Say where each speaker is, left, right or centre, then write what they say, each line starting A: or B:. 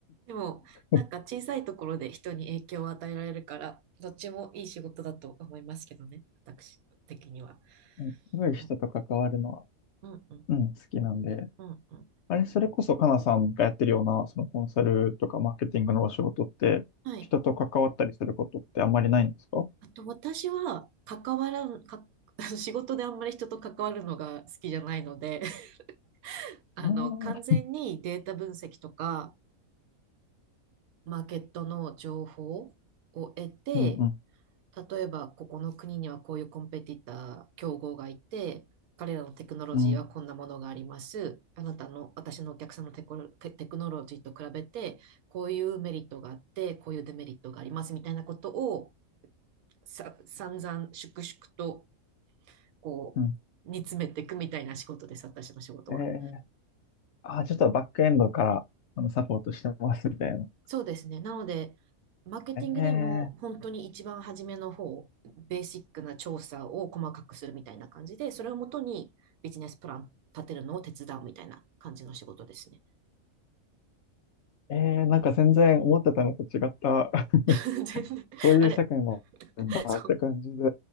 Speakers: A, on the right; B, on the left.
A: でも、
B: うん
A: なんか小さいところで人に影響を与えられるから、どっちもいい仕事だと思いますけどね、私的には。
B: すごい人と関わるのは、
A: うん、うん、うん、
B: うん、好きなんで。
A: うん、うん。
B: あれ、それこそ、かなさんがやってるような、そのコンサルとかマーケティングのお仕事って、
A: はい。
B: 人と関わったりすることってあんまりないんですか
A: あと、私は、関わらん、か、<laughs> 仕事であんまり人と関わるのが好きじゃないので、<laughs> あの、
B: ああ
A: 完全にデータ分析とか、
B: ー、
A: マーケットの情報を得て、
B: うんうん、
A: 例えばここの国にはこういうコンペティター、競合がいて、彼らのテクノロジーはこんなものがあります。
B: うん、
A: あなたの、私のお客さんのテクノテテクノロジーと比べて、こういうメリットがあって、こういうデメリットがありますみたいなことをさ、散々、粛々と、こう、
B: うん。
A: 煮詰めていくみたいな仕事です、私の仕事は。
B: えー、あー、ちょっとバックエンドから、あの、サポートしてますみたいな。
A: そうですね。なので、マーケティングでも本当に一番初めの方、
B: え
A: ベーシックな調査を細かくするみたいな感じで、それをもとにビジネスプラン立てるのを手伝うみたいな感じの仕事ですね。
B: ー、えー、なんか全然思ってたのと違った、<laughs>
A: <laughs> 全然、
B: そういう世界もあるんだって感じで。
A: あれ、そう、